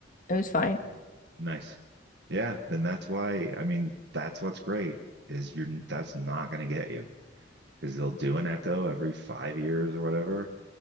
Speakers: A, on the left; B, on the right.
A: it was fine.
B: Nice. Yeah. Then that's why. I mean, that's what's great is you're that's not going to get you because they'll do an echo every five years or whatever.